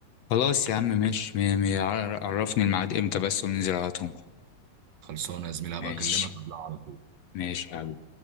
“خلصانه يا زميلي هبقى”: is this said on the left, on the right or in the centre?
Right